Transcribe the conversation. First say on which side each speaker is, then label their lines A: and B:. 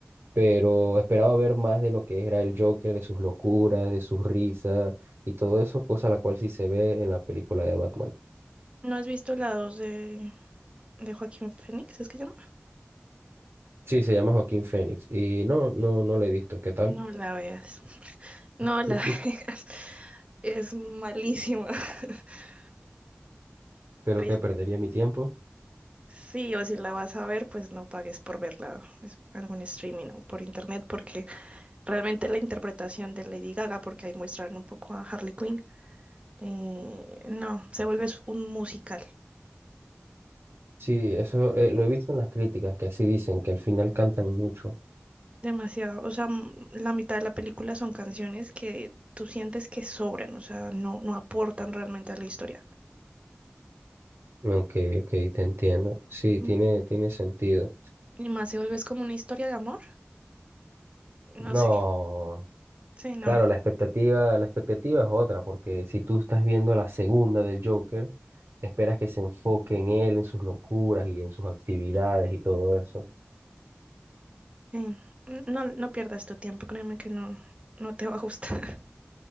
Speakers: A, on the right (about 70°); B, on the right (about 30°).
A: pero esperaba ver más de lo que era el Joker, de sus locuras, de sus risas y todo eso, cosa la cual sí se ve en la película de Batman.
B: ¿No has visto la 2 de, de Joaquín Phoenix? ¿Es que llama?
A: Sí, se llama Joaquín Phoenix y no, no, no lo he visto. ¿Qué tal?
B: No la veas. No
A: <laughs>
B: la <laughs> veas. Es malísima. <laughs>
A: Pero
B: Triste.
A: que perdería mi tiempo.
B: Sí, o si la vas a ver, pues no pagues por verla pues, algún streaming o por internet, porque realmente la interpretación de Lady Gaga, porque ahí muestran un poco a Harley Quinn, eh, no, se vuelve s- un musical.
A: Sí, eso eh, lo he visto en las críticas, que así dicen, que al final cantan mucho.
B: Demasiado, o sea, m- la mitad de la película son canciones que tú sientes que sobran, o sea, no, no aportan realmente a la historia.
A: Ok, ok, te entiendo. Sí, tiene,
B: Mm,
A: tiene sentido.
B: Y más se vuelve es como una historia de amor, no
A: No.
B: sé, sí, no,
A: Claro, la expectativa, la expectativa es otra, porque si tú estás viendo la segunda del Joker, esperas que se enfoque en él, en sus locuras y en sus actividades y todo eso.
B: sí. N- No, no pierdas tu tiempo, créeme que no, no te va a gustar.